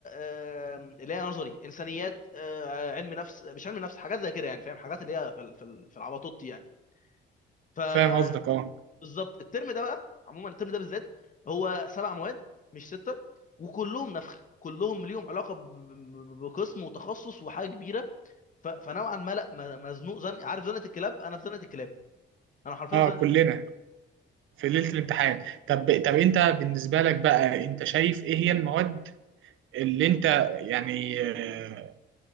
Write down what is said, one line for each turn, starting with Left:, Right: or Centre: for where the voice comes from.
Left: آم، اللي هي نظري انسانيات آه، علم نفس مش علم نفس حاجات زي كده يعني فاهم حاجات اللي هي في ال- في ال- في العباطوط يعني ف
Right: فاهم قصدك اه
Left: بالظبط الترم ده بقى عموما الترم ده بالذات هو سبع مواد مش سته وكلهم نفخ كلهم ليهم علاقه ب- ب- بقسم وتخصص وحاجه كبيره ف- فنوعا ما لا م- مزنوق زن عارف زنقه الكلاب انا في زنقه الكلاب انا حرفيا
Right: اه
Left: في زنقه
Right: كلنا
Left: الكلاب
Right: في ليلة الامتحان طب طب أنت بالنسبة لك بقى أنت شايف إيه هي المواد اللي أنت يعني آه،